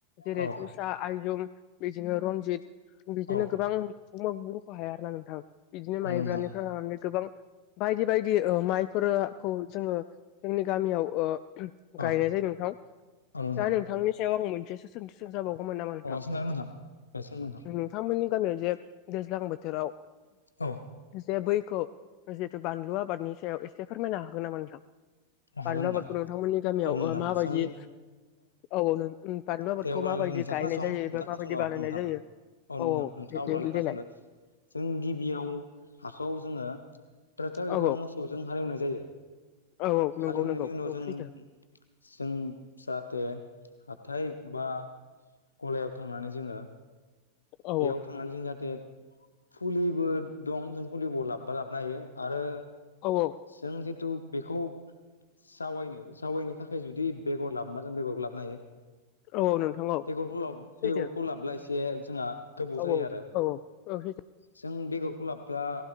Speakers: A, on the left; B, on the left.
A: जेरै
B: औ
A: तुसा आइजुम बिदिनो रनजित बिदिनो
B: औ
A: गोबां बुंबाबो बुंख हाया आरोना नोंथां बिदिनो
B: औ
A: माइब्रानिफ्राय
B: नंगौ नोंथां
A: लानानै गोबां बायदि बायदि ओ माइफोरखौ जोङो जोंनि गामियाव ओ
B: औ
A: गायनाय जायो नोंथां
B: औ नंगौ नोंथां
A: दा नोंथांनि सायाव आं मोनसेसो सोंथि सोंजा बावगौमोन नामा? नोंथां
B: अ सोंजागोन नोंथां दे सों नोंथां
A: नोंथांमोननि गामियाव जे दैज्लां बोथोराव
B: औ
A: जे बैखौ जेतु बानलु आबादनि सायाव एसे फोरमायनो हागोन नामा नोंथां? बानलु
B: हागोन
A: आबादखौ
B: नोंथां
A: नोंथांमोननि गामियाव
B: औ नोंथां
A: ओ माबायदि
B: सों
A: औ औ नों बानलु आबादखौ
B: दे अब्लालाय
A: माबायदि
B: नोंथाङा
A: गायनाय
B: खोनासं
A: जायो एबा
B: नोंथाङा खोनासंद'
A: माबायदि बानायनाय
B: नोंथां
A: जायो? औ
B: नोंथां
A: औ
B: नोंथाङा
A: बेदि
B: अब्लालाय खोनासंदो
A: लेलाय <unintelligible>
B: जों गिबियाव हाखौ जोङो ट्रेक्टार
A: औ
B: एबा मोसौजों हाल एवनाय जायो।
A: औ औ नंगौ
B: हाल एवनायनि
A: नंगौ
B: उनाव
A: औ
B: जों
A: सैथो
B: जों जाहाथे हाथाइ बा गलायाव थांनानै जोङो
A: औ
B: बेयाव थांनानै जों जाहाथे फुलिबो दं जों फुलिबो लाबबा लाब नायो आरो
A: औ औ।
B: जों जितु बेखौ जावैनो जावैनो थाखाय जुदि बेगर लाबोबा जों बेगर लाबनो हायो।
A: औ औ नोंथां औ
B: बेगरखौ लब
A: सैथो
B: बेगरखौ लाब्ला एसे जोंहा गोबौ
A: औ
B: जायो आरो।
A: औ औ सैथो
B: जों बेगरखौ लाबब्ला